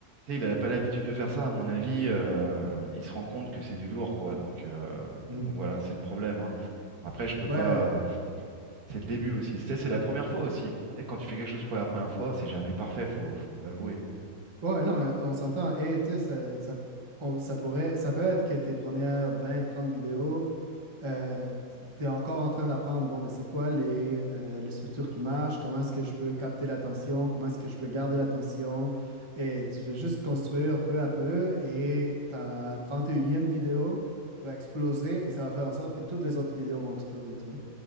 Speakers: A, on the right (about 80°); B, on the right (about 25°).
A: tu sais, il n'a pas l'habitude de faire ça. À mon avis, euh, il se rend compte que c'est du lourd, quoi. Donc, euh,
B: mhm.
A: donc voilà, c'est le problème, hein. Après, je peux
B: Ouais,
A: pas. C'est le début aussi. Tu sais, c'est la première fois aussi. Tu sais, quand tu fais quelque chose pour la première fois, c'est jamais parfait, faut, faut se l'avouer.
B: Ouais, non, euh, on s'entend. Et tu sais, ça, ça, on- ça pourrait, ça peut être que tes premières 20 30 vidéos, euh, tu es encore en train d'apprendre, bon, mais c'est quoi les, euh, les structures qui marchent, comment est-ce que je peux capter l'attention, comment est-ce que je peux garder l'attention. Et tu fais juste construire peu à peu et ta trente et unième vidéo va exploser et ça va faire en sorte que toutes les autres vidéos vont exploser, tu vois.